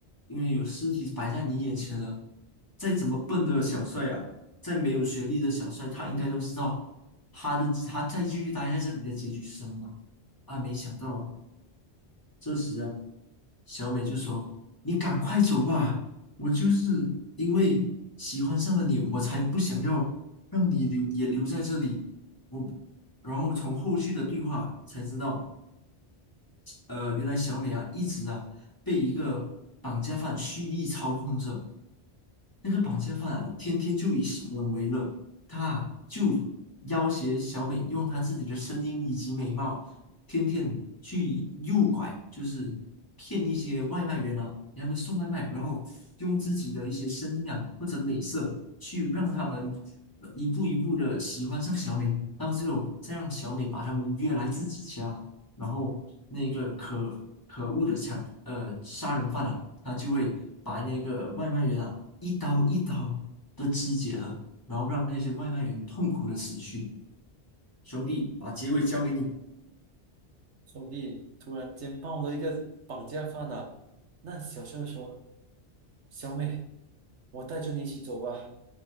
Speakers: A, on the left (about 20°); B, on the right (about 85°).
A: 因为有尸体摆在你眼前了。再怎么笨的小帅啊，再没有学历的小帅，他应该都知道他的他再继续待在这里的结局是什么嘛。啊，没想到啊。这时啊，小美就说：“你赶快走吧，我就是因为喜欢上了你，我才不想要让你留也留在这里。”我，然后从后续的对话才知道，呃，原来小美啊一直啊被一个绑架犯蓄意操控着。那个绑架犯天天就以行闻为乐，他就要挟小美用他自己的声音以及美貌，天天去诱拐，就是骗一些外卖员啊，给他们送外卖，然后用自己的一些声音啊或者美色去让他们一步一步的喜欢上小美，到最后再让小美把他们约来自己家。然后那个可可恶的抢呃杀人犯啊，他就会把那个外卖员啊一刀一刀的肢解了，然后让那些外卖员痛苦的死去。兄弟，把结尾交给你。
B: 兄弟突然间爆了一个绑架犯啊！那小帅说：“小美，我带着你一起走吧，